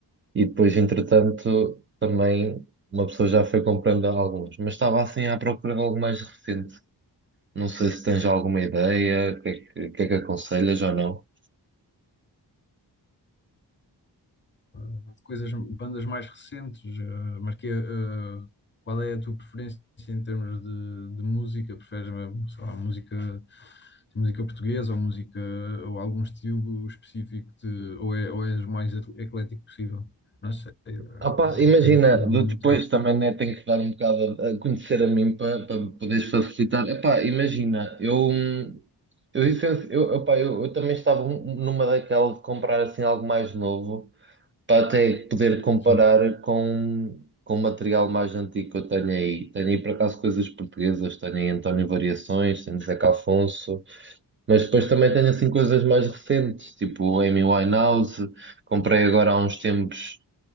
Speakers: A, on the right (about 30°); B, on the left (about 30°).
A: E depois, entretanto, também uma pessoa já foi comprando alguns, mas estava assim à procura de algo mais recente. Não sei se tens alguma ideia, o que é que, o que é que aconselhas ou não.
B: Eh, coisas, bandas mais recentes, eh, mas que, eh, qual é a tua preferência em termos de, de música? Preferes, eh, sei lá, música, música portuguesa ou música, ou algum estilo específico de, ou, é, ou és o mais eclético possível? Não sei, eh,
A: Ah pá,
B: também
A: imagina,
B: depende de cada
A: de-
B: um.
A: depois também né, tenho que dar um bocado a a conhecer a mim para poderes facilitar. Epá, imagina, eu, hum, eu, licencio- eu, epá, eu, eu também estava um- numa daquela de comprar assim algo mais novo. para até poder comparar
B: Sim.
A: com, com material mais antigo que eu tenho aí. Tenho aí, por acaso, coisas portuguesas, tenho aí António Variações, tenho Zeca Afonso, mas depois também tenho, assim, coisas mais recentes, tipo Amy Winehouse, comprei agora há uns tempos